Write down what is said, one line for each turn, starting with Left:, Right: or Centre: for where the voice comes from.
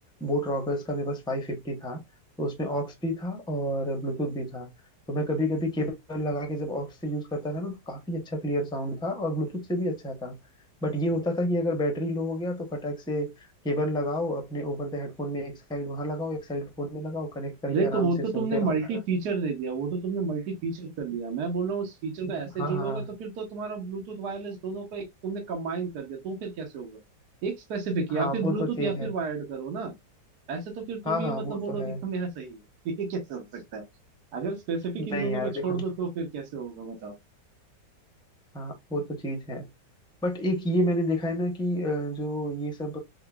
Centre: बोट रॉकर्स का मेरे पास फाइव फिफ्टी था तो उसमें ऑक्स भी था और ब्लूटूथ भी था तो मैं कभी कभी केबल लगा के जब ऑक्स से यूज करता था ना तो काफी अच्छा क्लियर साउंड था और ब्लूटूथ से भी अच्छा था बट ये होता था कि अगर बैटरी लो हो गया तो फटाक से केबल लगाओ अपने ओवर द हेडफोन में एक साइड वहां लगाओ एक साइड फोन में लगाओ कनेक्ट करके
Right: अरे तो
Centre: आराम
Right: वो
Centre: से
Right: तो
Centre: सुनते
Right: तुमने
Centre: रहो
Right: मल्टी
Centre: गाना
Right: फीचर दे दिया वो तो तुमने मल्टी फीचर कर लिया मैं बोल रहा हूँ उस फीचर को ऐसे
Centre: हाँ
Right: जोड़ोगे
Centre: हाँ
Right: तो फिर तो तुम्हारा ब्लूटूथ वायरलेस दोनों को एक तुमने कंबाइन कर दिया तो फिर कैसे होगा एक स्पेसिफिक या
Centre: हाँ
Right: फिर
Centre: वो
Right: ब्लूटूथ
Centre: तो चीज
Right: या
Centre: है
Right: फिर वायर्ड करो ना ऐसे तो फिर तुम
Centre: हाँ
Right: ही
Centre: हाँ
Right: मतलब
Centre: वो
Right: बोलोगे
Centre: तो है
Right: कि मेरा सही है <laughs> ये कैसे हो सकता है अगर स्पेसिफिक
Centre: नहीं
Right: इन दोनों
Centre: यार
Right: को
Centre: देखो
Right: छोड़ दो तो फिर कैसे होगा बताओ
Centre: हाँ वो तो चीज है बट एक ये मैंने देखा है ना कि अ, जो ये सब